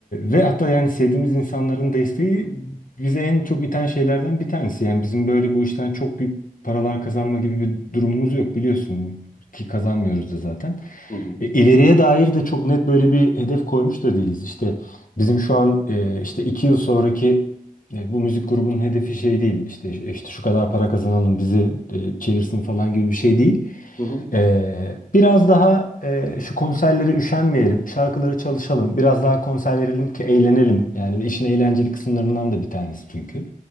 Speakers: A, on the left; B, on the left.
A: ve hatta yani sevdiğimiz insanların desteği bize en çok iten şeylerden bir tanesi. Yani bizim böyle bu işten çok büyük paralar kazanma gibi bir durumumuz yok biliyorsun ki kazanmıyoruz da zaten.
B: Hı hı.
A: E, İleriye dair de çok net böyle bir hedef koymuş da değiliz. İşte bizim şu an e, işte iki yıl sonraki e, bu müzik grubunun hedefi şey değil. İşte işte şu kadar para kazanalım bizi e, çevirsin falan gibi bir şey değil.
B: Hı
A: E, biraz daha e, şu konserlere üşenmeyelim, şarkıları çalışalım, biraz daha konser verelim ki eğlenelim. Yani işin eğlenceli kısımlarından da bir tanesi çünkü.